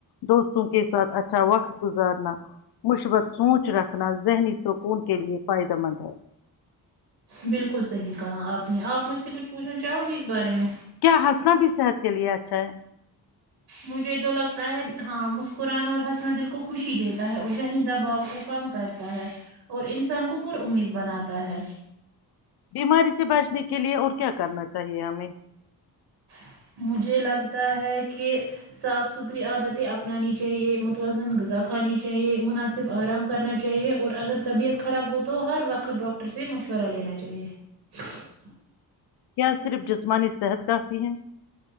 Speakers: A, on the left; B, on the right.
A: دوستوں کے ساتھ اچھا وقت گزارنا مثبت سوچ رکھنا ذہنی سکون کے لیے فائدہ مند ہے
B: بالکل صحیح کہا آپ نے آپ مجھ سے کچھ پوچھنا چاہو گی اس بارے میں
A: کیا ہنسنا بھی صحت کے لیے اچھا ہے
B: مجھے تو لگتا ہے ہاں مسکرانا اور حسنا دل کو خوشی دیتا ہے اور ذہنی دباؤ کو کم کرتا ہے اور انسان کو پر امید بناتا ہے
A: بیماری سے بچنے کے لیے اور کیا کرنا چاہیے ہمیں <unintelligible>
B: <inaudible>
A: کیا صرف جسمانی صحت کافی ہے